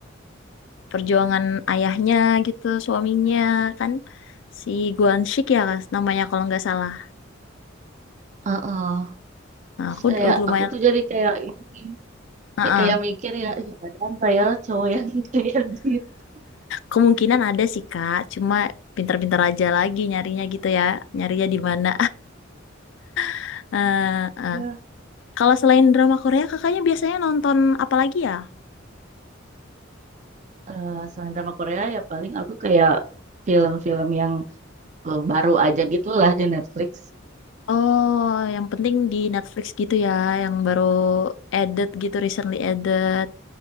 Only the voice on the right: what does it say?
Heeh.
Terus
kayak
aku tuh jadi kayak ini
ya kayak mikir ya, "Ih, ada nggak ya cowok yang <laughs> kayak gitu.
Ya,
eh, selain drama Korea ya paling aku kayak film-film yang eh, baru aja gitulah di Netflix.